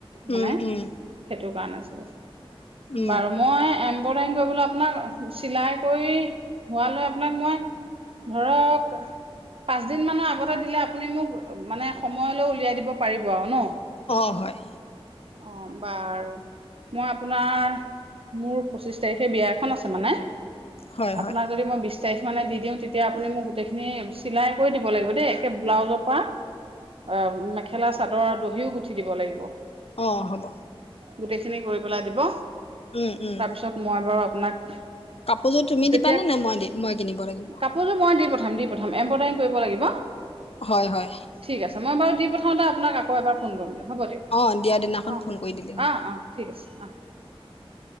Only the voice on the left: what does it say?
উম, উম,
উম,
অ, হয়।
হয় হয়
অ, হ'ব।
উম, উম,
কাপোৰযোৰ তুমি
দিবানে নে মই মই কিনিব লাগিব?
হয়, হয়।
অ', দিয়াৰ দিনাখন
ফোন কৰি দিলেই হ'ল